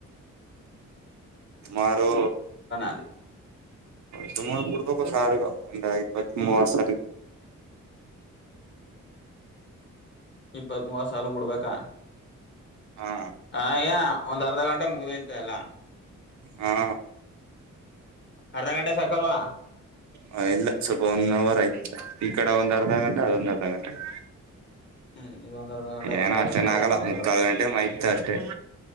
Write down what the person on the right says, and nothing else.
ತುಮಾರು
ತು ಗೂರ್ಕ ಸಾರ ಒಟ ಪತ್ತ ಮರ್ಷ
ಹಾ
ಹಾ
ಹ ಇಲ್ಲ ಸ್ವಲ್ಪ ಒಂದ್ ಅವರ್ ಆಯ್ತಲ್ಲ ಈ ಕಡೆ ಒಂದ್ ಅರ್ಧ ಗಂಟೆ ಅದೊಂದ್ ಅರ್ಧ ಗಂಟೆ ಆಯ್ತು
ಏನೋ
ಅಷ್ಟೇನ
ಆಗಲ್ಲ
ಮುಕ್ಕಾಲ್ ಗಂಟೆ ಮೈತ್ ಅಷ್ಟೇ